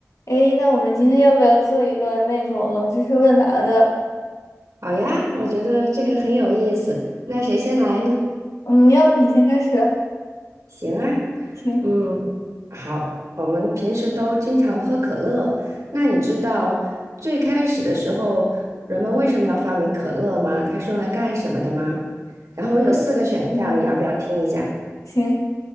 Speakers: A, on the left (about 80°); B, on the right (about 90°).
A: 诶，那我们今天要不要做一个那种冷知识问答的？
B: 好呀，我觉得这个很有意思。那谁先来呢？
A: 嗯，要不你先开始啊？
B: 行啊，
A: 行，
B: 嗯，好，我们平时都经常喝可乐。那你知道最开始的时候人们为什么要发明可乐吗？它是用来干什么的吗？然后我有四个选项，
A: 是嗯，
B: 你要不要听一下？
A: 行，